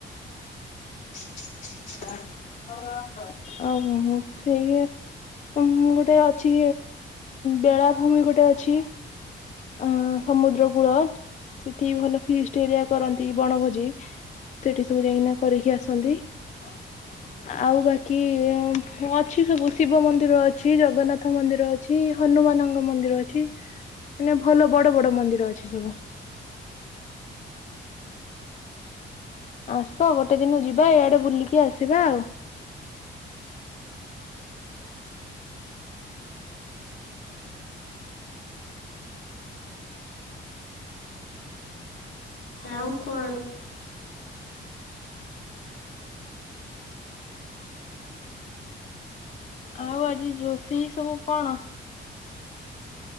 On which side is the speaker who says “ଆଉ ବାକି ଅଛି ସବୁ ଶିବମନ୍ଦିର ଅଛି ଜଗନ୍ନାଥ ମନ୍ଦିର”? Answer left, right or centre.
Left